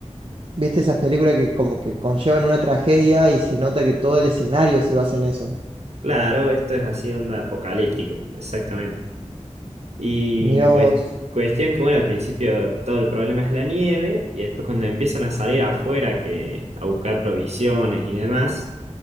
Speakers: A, on the right; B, on the right.
A: ¿viste esas películas que como que conllevan una tragedia y se nota que todo el escenario se basa en eso?
B: Claro, esto es así, onda apocalíptico, exactamente. Y
A: Mira
B: cues-
A: vos.
B: cuestión que, bueno, al principio todo el problema es la nieve, y después cuando empiezan a salir afuera que, a buscar provisiones y demás,